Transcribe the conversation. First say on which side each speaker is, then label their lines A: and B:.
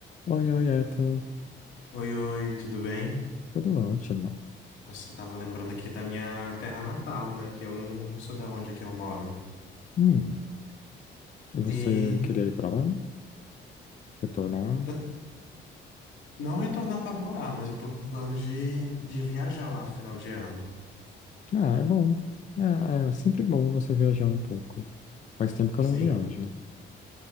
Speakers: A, on the left (about 40°); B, on the left (about 75°).
A: Oi, oi, Eto.
B: Oi, oi, tudo bem?
A: Tudo ótimo.
B: Nossa, eu tava lembrando aqui da minha terra natal, né? Que eu não, não sei de onde é que eu moro.
A: Hum, e você
B: E
A: queria ir pra lá? Retornar?
B: eu não retornar pra morar, mas eu tô com plano de, de viajar lá final de ano.
A: Ah, é bom. É, é sempre bom você viajar um pouco. Faz tempo que eu
B: Sim,
A: não viajo.